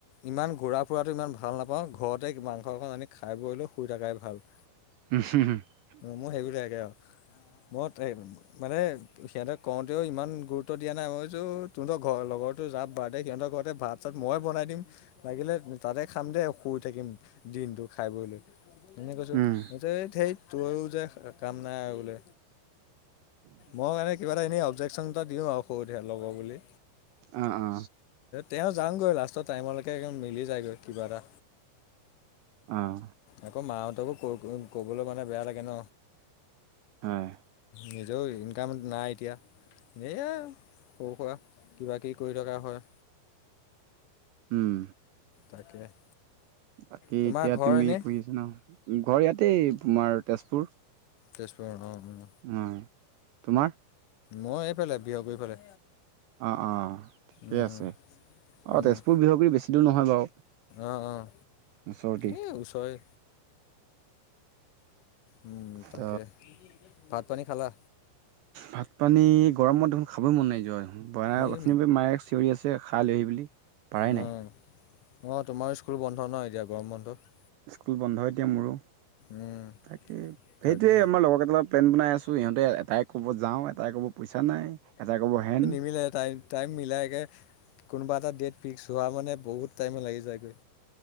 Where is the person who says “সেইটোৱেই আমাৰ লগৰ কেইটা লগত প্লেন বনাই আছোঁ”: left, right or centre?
Right